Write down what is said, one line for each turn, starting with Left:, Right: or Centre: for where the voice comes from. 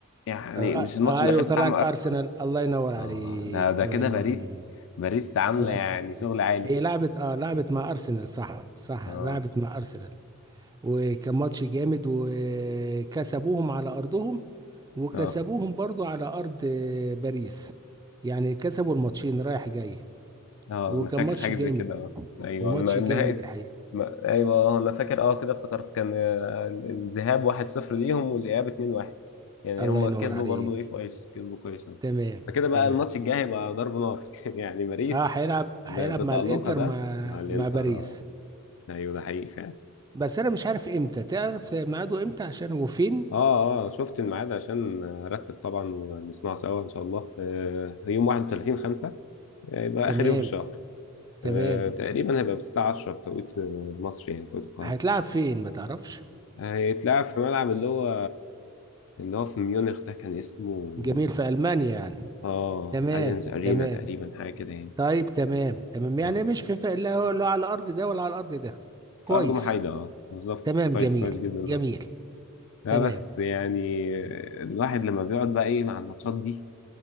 Left: يعني
Right: آه،
Left: مش الماتش
Right: آه،
Left: الاخير
Right: ايوه طلعت
Left: بتاع مع
Right: ارسنال
Left: ارسنال
Right: الله ينور عليك
Left: اه ده ده
Right: الله
Left: كده
Right: ينور
Left: باريس
Right: عليك
Left: باريس عامله
Right: الله
Left: يعني
Right: ينور عليك
Left: شغل عالي
Right: هي لعبت اه لعبت مع ارسنال صح صح
Left: اه
Right: لعبت مع ارسنال وكان ماتش جامد وكسبوهم على ارضهم وكسبوهم
Left: اه
Right: برضو على ارض آه، باريس يعني كسبوا الماتشين رايح جاي
Left: اه
Right: وكان
Left: انا فاكر
Right: ماتش
Left: حاجه
Right: جامد
Left: زي كده اه ايوه
Right: وماتش
Left: الن-
Right: جامد
Left: نهايه
Right: الحقيقة
Left: ما... ايوه انا فاكر اه كده افتكرت كان آه، ال- الذهاب 1-0 ليهم والاياب 2-1 يعني
Right: الله
Left: هم
Right: ينور
Left: كسبوا
Right: عليك
Left: برضه ايه كويس كسبوا كويس أهو.
Right: تمام
Left: فكده بقى
Right: تمام
Left: الماتش الجاي هيبقى ضرب نار <laughs> يعني باريس
Right: اه هيلعب هيلعب
Left: ب- بتألقها
Right: مع الانتر
Left: ده
Right: مع
Left: مع الانتر
Right: مع باريس
Left: اه ايوه ده حقيقي فعلا
Right: بس انا مش عارف امتى تعرف ميعاده امتى عشان هو فين
Left: اه اه شفت الميعاد عشان ارتب طبعا ونسمعه سوا ان شاء الله آه يوم 31 5 يبقى
Right: تمام
Left: اخر يوم في الشهر
Right: تمام
Left: آه تقريبا هيبقى الساعة 10 بتوقيت آه، مصر يعني توقيت القاهرة
Right: هيتلعب فين ما تعرفش
Left: هيتلعب في ملعب اللي هو اللي هو في ميونخ ده كان اسمه
Right: جميل في المانيا يعني
Left: اه
Right: تمام
Left: اليانز ارينا
Right: تمام
Left: تقريبا حاجة كده يعني
Right: طيب تمام تمام يعني
Left: آه.
Right: مش في فرق لا هو- لا على الارض ده ولا على الارض ده
Left: في
Right: كويس
Left: أرض محايدة اه بالظبط
Right: تمام
Left: كويس
Right: جميل
Left: كويس جدا ده
Right: جميل
Left: لا
Right: تمام
Left: بس يعني الواحد لما بيقعد بقى ايه مع الماتشات دي